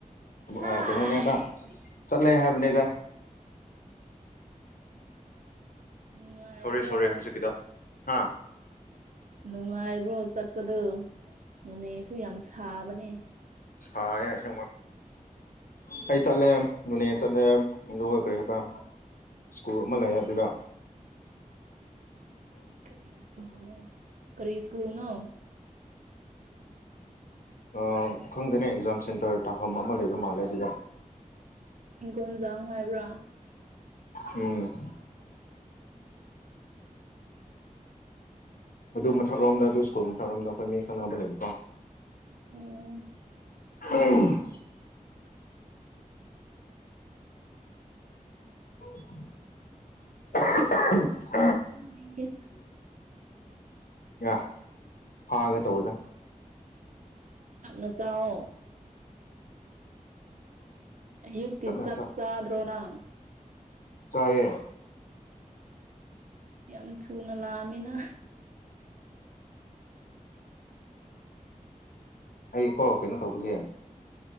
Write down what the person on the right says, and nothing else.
ꯍꯥꯏꯁ
ꯅꯨꯡꯉꯥꯏꯕ꯭ꯔꯣ
ꯅꯨꯡꯉꯥꯏꯕ꯭ꯔꯣ ꯆꯠꯄꯗꯣ ꯅꯣꯅꯦꯁꯨ ꯌꯥꯝ ꯁꯥꯕꯅꯦ꯫
ꯀꯔꯤ ꯁꯀꯨꯅ ꯀꯔꯤ ꯁꯀꯨꯅ
ꯍꯤꯡꯒꯣꯟꯖꯥꯡ ꯍꯥꯏꯕ꯭ꯔꯥ꯫
ꯑꯣ꯫
ꯅꯤꯡꯉꯦ
ꯇꯝꯅ ꯆꯥꯑꯣ꯫꯫ ꯌꯨꯛꯇꯤ
ꯆꯥꯛꯆꯗ꯭ꯔꯣ ꯅꯪ꯫
ꯌꯥꯝ ꯊꯨꯅ ꯂꯥꯛꯑꯃꯤꯅ꯫